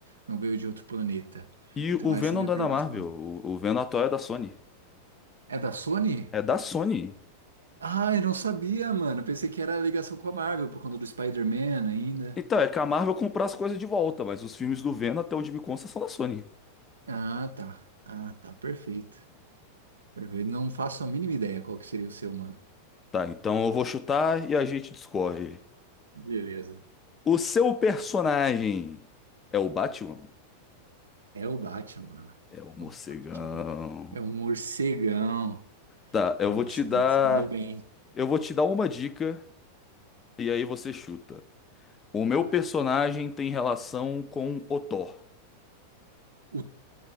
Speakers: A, on the right (about 70°); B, on the left (about 20°).
A: não veio de outro planeta.
B: E
A: Então
B: o Venom
A: essa é a minha
B: não
A: pergunta.
B: é da Marvel. O, o Venom atual é da Sony.
A: É da Sony?
B: É da Sony.
A: Ah, eu não sabia, mano. Pensei que era a ligação com a Marvel por conta do Spider-Man ainda.
B: Então, é que a Marvel comprou as coisas de volta, mas os filmes do Venom, até onde me consta, são da Sony.
A: Ah, tá. Ah, tá. Perfeito. Perfeito. Não faço a mínima ideia qual que seria o seu, mano.
B: Tá, então eu vou chutar e a gente discorre.
A: Beleza.
B: O seu personagem é o Batman?
A: É o Batman, mano.
B: É o morcegão.
A: É o Batman. É o morcegão.
B: Tá, eu
A: Nossa,
B: vou te dar,
A: você mandou bem.
B: eu vou te dar uma dica e aí você chuta. O meu
A: Tá.
B: personagem tem relação com o Thor,
A: O,